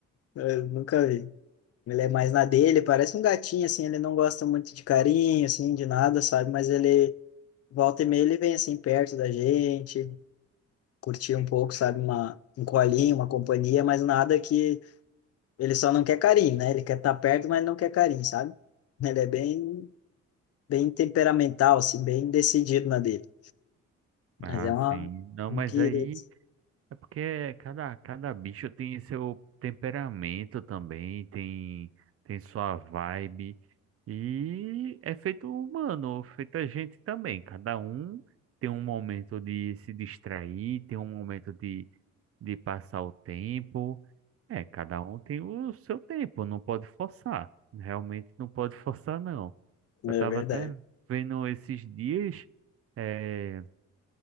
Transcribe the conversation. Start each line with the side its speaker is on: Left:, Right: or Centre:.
Left: Eu nunca vi. Ele é mais na dele, parece um gatinho, assim, ele não gosta muito de carinho, assim, de nada, sabe? Mas ele, volta e meia, ele vem, assim, perto da gente, curtir um pouco, sabe? Uma, um colinho, uma companhia, mas nada que... Ele só não quer carinho, né? Ele quer estar perto, mas não quer carinho, sabe? Ele é bem, bem temperamental, assim, bem decidido na dele.
Right: Ah,
Left: Mas é uma,
Right: sim. Não,
Left: um
Right: mas
Left: querido.
Right: aí é porque cada, cada bicho tem seu temperamento também, tem, tem sua vibe. E é feito humano, feito a gente também. Cada um tem um momento de se distrair, tem um momento de de passar o tempo. É, cada um tem o seu tempo, não pode forçar. Realmente não pode <laughs> forçar, não.
Left: É
Right: Eu estava
Left: verdade.
Right: até vendo esses dias é,